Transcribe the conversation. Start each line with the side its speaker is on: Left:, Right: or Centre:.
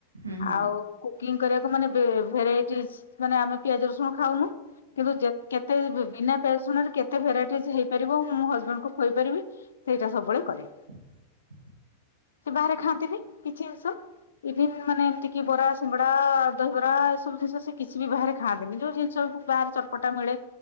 Right: ହୁଁ ହୁଁ
Left: ଆଉ କୁକିଂ କରିବାକୁ ମାନେ ବେ ଭେରାଇଟି ମାନେ ଆମେ ପିଆଜ ରସୁଣ ଖାଉନୁ। କିନ୍ତୁ ଯେ କେତେ ବିନା ପିଆଜ ରସୁଣ ରେ କେତେ ଭେରାଇଟି ଯେ ହେଇପାରିବ ମୁ ମୋ ହଜବେଣ୍ଡ ଙ୍କୁ ଖୁଆଇ ପାରିବି ସେଇଟା ସବୁବେଳେ କରେ।
Right: <inaudible>
Left: ସେ ବାହାରେ ଖାଆନ୍ତିନି କିଛି ଜିନିଷ। ଇଭିନ୍ ମାନେ ଏମିତି କି ବରା ସିଙ୍ଗଡ଼ା ଦହିବରା। ସବୁ ଜିନିଷ ସେ କିଛି ବି ବାହାରେ ଖାଆନ୍ତିନି ଯୋଉ ଜିନିଷକୁ ବାହାରେ ଚଟପଟା ମିଳେ।